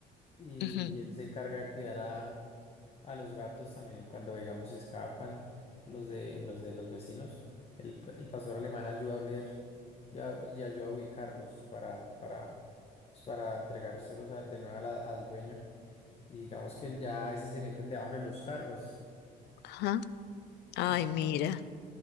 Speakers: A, on the left; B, on the left.
A: y,
B: ujú,
A: él se encarga de cuidar a, a los gatos también cuando digamos se escapan los de los de los vecinos. El, p- el pastor alemán ayuda a oler y, a- y ayuda a ubicarlos para para pues, para entregárselos a- de nuevo a la- al dueño. Y digamos que él ya a veces se meten debajo de los carros.
B: ajá. Ay,
A: Y
B: mira,